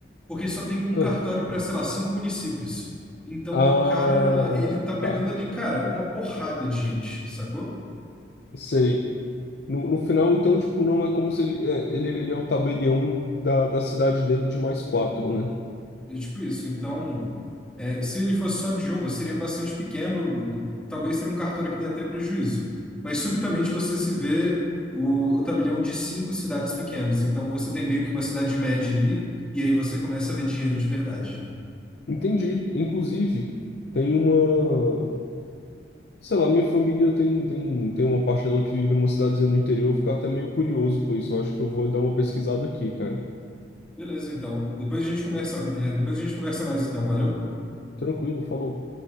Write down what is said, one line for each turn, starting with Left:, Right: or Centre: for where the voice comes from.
Centre: Porque só tem um
Left: Ah,
Centre: cartório para, sei lá, cinco municípios. Então
Left: Ah,
Centre: o cara, ele tá pegando
Left: tá.
Centre: ali, cara, uma porrada de gente, sacou?
Left: Sei. No, no final, então, tipo, não é como se ele é, ele, ele é o tabelião da, da cidade dele de mais quatro, né?
Centre: É tipo isso. Então, é, se ele fosse só de uma, seria bastante pequeno, talvez seria um cartório que dê até prejuízo. Mas subitamente você se vê o, o tabelião de cinco cidades pequenas. Então você tem meio que uma cidade média ali, e aí você começa a ver dinheiro de verdade.
Left: Entendi. Inclusive, tem uma. Sei lá, minha família tem, tem, tem uma parte dela que vive numa cidadezinha do interior. Eu fico até meio curioso com isso. Eu acho que eu vou dar uma pesquisada aqui, cara.
Centre: Beleza, então. Depois a gente conversa, é, depois a gente conversa mais, então. Valeu?
Left: Tranquilo, falou.